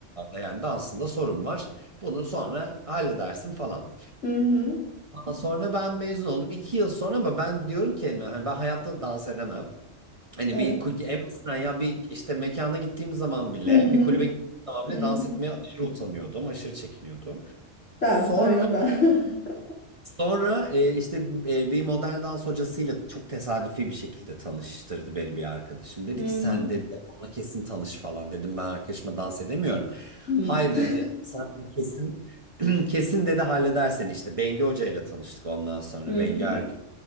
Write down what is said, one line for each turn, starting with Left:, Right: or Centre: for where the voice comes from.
Right: Yani dansında sorun var. Bunu sonra halledersin falan.
Left: Hı hı.
Right: Sonra ben mezun oldum. İki yıl sonra ama ben diyorum ki kendime hani ben hayatta dans edemem. Hani
Left: Evet.
Right: bir kulübe en basitinden ya bir işte mekana gittiğim zaman bile
Left: Hı hı.
Right: bir kulübe gittiğim zaman bile
Left: Hı
Right: dans
Left: hı.
Right: etmeye aşırı utanıyordum. Aşırı çekiniyordum.
Left: Ben,
Right: Sonra
Left: aynı ben. <laughs>
Right: sonra e, işte e, bir modern dans hocasıyla çok tesadüfi bir şekilde tanıştırdı beni bir arkadaşım. Dedi
Left: Hı
Right: ki sen
Left: hı.
Right: dedi ona kesin tanış falan. Dedim ben arkadaşıma dans edemiyorum.
Left: Hı hı.
Right: Hayır dedi sen kesin <clears throat> Kesin dedi halledersen işte. Bengi Hoca ile tanıştık ondan sonra.
Left: Hı
Right: Bengi
Left: hı.
Right: Ergün.